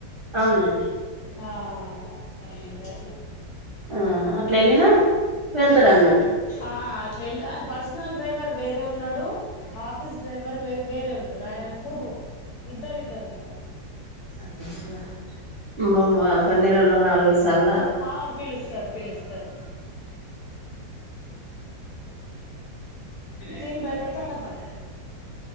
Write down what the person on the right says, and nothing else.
అవునండి
ఆ అట్లెళ్లినా వెళ్తరన్నట్టు
వేరే
అట్లనా మమ్మ ఒక నెలలో నాలుగైదు సార్ల